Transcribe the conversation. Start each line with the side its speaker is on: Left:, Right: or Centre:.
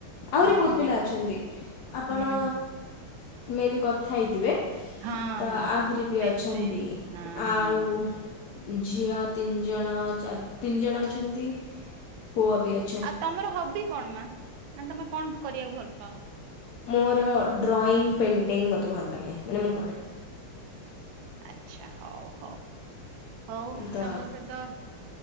Left: ଆହୁରି
Right: ହଁ।
Left: ବହୁତ ପିଲା ଅଛନ୍ତି ଆପଣ
Right: ହୁଁ ହୁଁ
Left: ମେବି କଥା ହେଇଥିବେ।
Right: ହଁ
Left: ତ
Right: ହଁ
Left: ଆହୁରି
Right: ହଁ
Left: ବି
Right: ସେଇଥିପାଇଁ
Left: ଅଛନ୍ତି
Right: ହଁ
Left: ଆଉ।
Right: ହଁ
Left: ଉ ଇ ଝିଅ ତିନି ଜଣ ଚାର ତିନି ଜଣ ଅଛନ୍ତି ପୁଅ ବି ଅ
Right: ଆଉ ତମର ହବି କଣ ମା ମାନେ ତମେ କଣ କରିବାକୁ ଭଲ ପାଅ?
Left: ମୋର ଡ୍ରଇଂ ପେଣ୍ଟିଙ୍ଗ ମୋତେ ଭଲ ଲାଗେ ମାନେ ମୁଁ କରେ।
Right: ଆଚ୍ଛା ହଉ ହଉ ହଉ
Left: ତ
Right: ତମ ସହିତ।